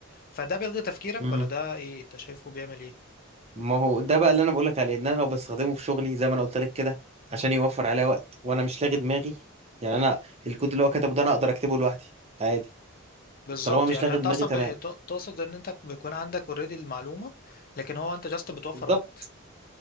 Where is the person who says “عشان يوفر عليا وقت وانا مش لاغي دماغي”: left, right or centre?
Right